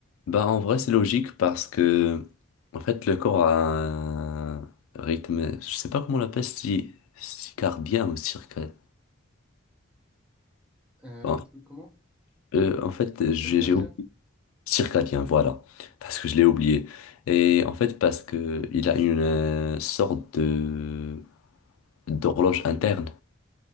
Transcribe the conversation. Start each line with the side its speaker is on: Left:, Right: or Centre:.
Left: Bah en vrai, c'est logique parce que, en fait, le corps a un rythme, je sais pas comment on l'appelle, si... cardien ou circadien.
Centre: Un
Left: Bon,
Centre: rythme comment?
Left: euh, en fait, j'ai
Centre: Circadien?
Left: j'ai oublié. Circadien, voilà. Parce que je l'ai oublié. Et en fait, parce que il a une euh, sorte de d'horloge interne.